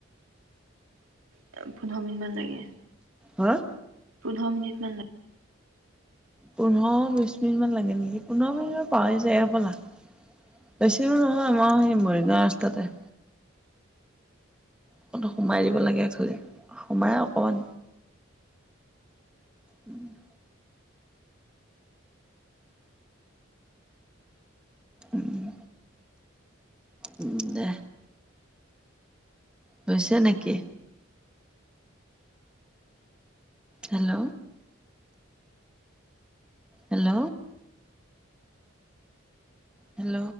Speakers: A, on the right (about 85°); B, in the centre.
A: অ, পোন্ধৰ মিনিটমান লাগে।
B: হা?
A: পোন্ধৰ মিনিটমান লাগ
B: পোন্ধৰ বিশ মিনিটমান লাগে নেকি, পোন্ধৰ মিনিটমান পাওঁ যে এফালা। বেছি দূৰ নহয় আমাৰ সেই মৰিগাঁও ৰাস্তাতে। অকণ সোমাই দিব লাগে ইফালে, সোমাই অকণমান উম - উম। উম দে। হৈছে নেকি? হেল্ল? হেল্ল? হেল্ল?